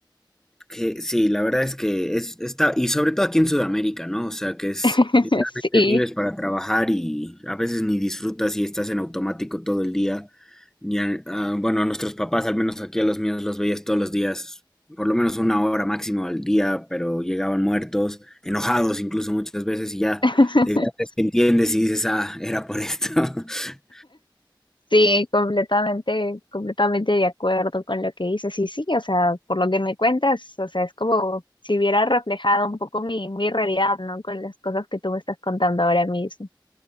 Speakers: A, in the centre; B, on the left.
A: que sí, la verdad es que es, está, y sobre todo aquí en Sudamérica, ¿no? O sea, que es
B: <laughs> Sí,
A: Te vives para trabajar y a veces ni disfrutas y estás en automático todo el día. y a- a- bueno, a nuestros papás, al menos aquí a los míos, los veías todos los días, por lo menos una hora máximo al día, pero llegaban muertos, enojados incluso muchas veces y ya
B: <laughs>
A: de grandes te entiendes y dices, ah, era por esto. <laughs>
B: sí, completamente, completamente de acuerdo con lo que dices. Y sí, o sea, por lo que me cuentas, o sea, es como si hubiera reflejado un poco mi, mi realidad, ¿no? Con las cosas que tú me estás contando ahora mismo.